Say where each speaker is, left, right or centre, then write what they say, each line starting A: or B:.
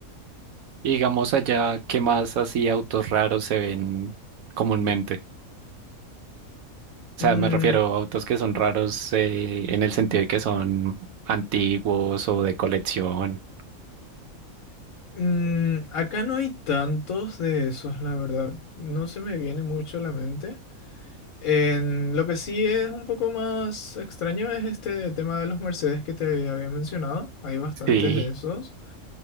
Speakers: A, on the right (about 75°); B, on the left (about 65°).
A: Y digamos allá, ¿qué más así autos raros se ven comúnmente? O
B: Mm,
A: sea, me refiero a autos que son raros eh, en el sentido de que son antiguos o de colección.
B: mm, acá no hay tantos de esos, la verdad. No se me viene mucho a la mente. En, lo que sí es un poco más extraño es este tema de los Mercedes que te había mencionado. Hay bastantes
A: Sí,
B: de esos.